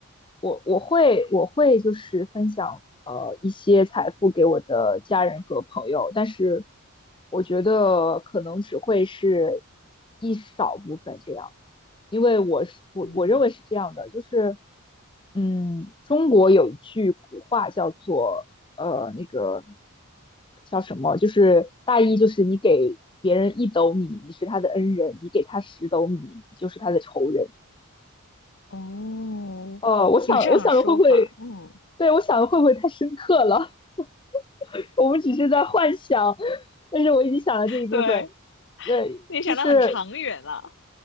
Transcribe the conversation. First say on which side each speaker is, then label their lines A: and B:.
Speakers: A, on the left; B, on the left.
A: 我我会我会就是分享呃一些财富给我的家人和朋友，但是我觉得可能只会是一少部分这样。因为我是我我认为是这样的，
B: 嗯。
A: 就是嗯，中国有一句古话叫做呃那个叫什么，就是大意就是你给别人一斗米，你是他的恩人；你给他十斗米，你就是他的仇人。
B: 哦，
A: 哦，我想我想的会不会，
B: 有这样的说法，嗯，
A: 对我想的会不会太深刻了？<laughs> 我们只是在幻想，但是我已经想了这一部分，
B: 对，
A: 对，
B: 你想的很长远了。
A: 就是